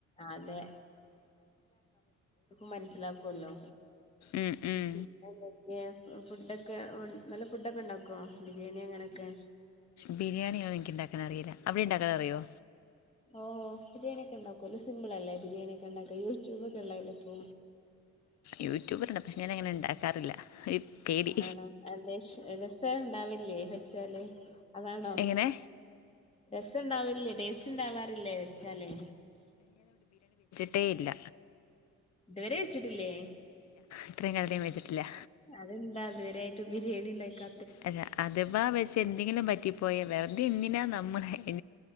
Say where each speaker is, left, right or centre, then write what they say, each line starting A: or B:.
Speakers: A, on the left (about 20°); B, on the left (about 60°).
A: അതെ മനസിലാക്കല്ലോ
B: ഉം ഉം
A: പിന്നെ ന്തൊക്കെ ഫുഡ് ഒക്കെ ഫുഡ്ക്കെ ഉണ്ടാക്കുമോ ബിരിയാണി അങ്ങനെ ഒക്കെ
B: ബിരിയാണിയോ ഇൻക്ക് ഉണ്ടാക്കാൻ അറിയില്ല അവിടെ ഉണ്ടാക്കാന അറിയോ
A: ഓഹ ബിരിയാണി ഒക്കെ ഉണ്ടാക്കുമല്ലോ സിമ്പിൾ അല്ല ബിരിയാണി ഒക്കെ ഉണ്ടാക്കോ യൂട്യൂബ് ഒക്കെ ഉണ്ടായില്ലോ ഇപ്പൊ
B: യൂട്യൂബറണ്ട് പക്ഷെ ഞാാന അങ്ങനെ ഉണ്ടാക്കാറില്ല പേടി
A: ആണോ അ രസം ഉണ്ടാവില്ലേ വെച്ചാല് അതാണോ
B: എങ്ങനെ
A: രസംണ്ടാവില്ലേ ടേസ്റ്റ് ഉണ്ടാവാറില്ലേ വെച്ചാലേ
B: അട്ടേയില്ല
A: ഇതുവരെ വെച്ചിട്ടില്ലേ
B: ഇത്രയും കാലത്ത് ഞാൻ വെച്ചിട്ടില്ല
A: അതന്താ അതുവരെ ഇതുവരെയിട്ട് ബിരിണി ഉണ്ടായിക്ക
B: അതെ അത്വാ വെച്ച് എന്തെങ്കിലും പറ്റിപ്പോയ വെറുതെ എന്തിനാ നമ്മള് ഇ